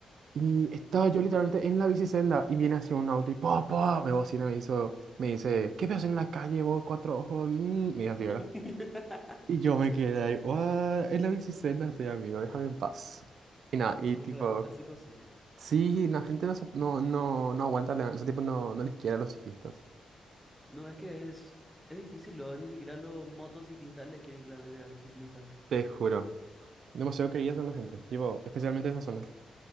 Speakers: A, on the right; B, in the centre.
A: Y estaba
B: ujú.
A: yo literalmente en la bicicenda y viene así un auto y papá, me bocina, me hizo, me dice, ¿qué ves en la calle vos, cuatro ojos? Mm", me dice así, ¿verdad?
B: <laughs>
A: Y yo me quedé ahí, "What? En la bicicenda estoy, amigo, déjame en paz. Y nada,
B: No,
A: y tipo...
B: real, así cosas.
A: Sí, la gente no, sop- no, no, no aguanta, la- ese tipo no, no les quiere a los ciclistas.
B: No, es que es, es difícil, luego ni siquiera los motociclistas le quieren que le van a creer a los ciclistas.
A: Te juro. Demasiado queridas son la gente, tipo, especialmente esa zona.